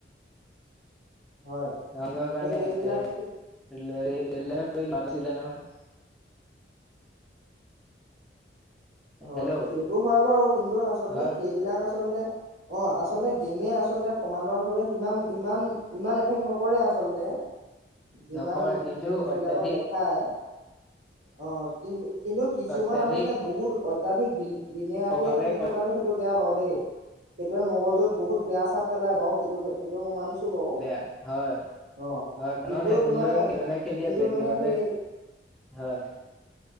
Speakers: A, on the right; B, in the centre.
A: হয়
B: <unintelligible>
A: সেই গেম বিলাক
B: নাছিলে নহয়
A: হয়
B: হেল্ল'
A: সেইটো হয় বাৰু কিন্তু আচলতে
B: হয়
A: সেইবিলাক আচলতে অঁ আচলতে গেমে আচলতে সমান্তৰালভাৱে সিমান ইমান ইমান এফেক্ট নকৰে আচলতে যিমান
B: নকৰে কিন্তু
A: নিউজ বিলাকত
B: অত্যাধিক
A: দেখায় অ' কিন্তু কিন্তু কিছুমান
B: অত্যাধিক
A: আচলতে বহুত অত্যাধিক দিন দিনে ৰাতিয়ে
B: প্ৰভাৱে
A: খেলি
B: কৰে
A: থকাটো সেইটো বেয়া পাওঁ দেই সেইটোয়ে মগজ য'ত বহুত বেয়া চাপ পেলাই বাৰু সেইটো সেইটো মই মানিছো বাৰু
B: বেয়া হয়
A: অ
B: হয় কাণত
A: কিন্তু
B: হেডফোন
A: তোমাৰ
B: লৈ সিজনে খেলি
A: কিন্তু
B: আছে
A: মানে
B: সেইবাবে
A: সেই
B: হয়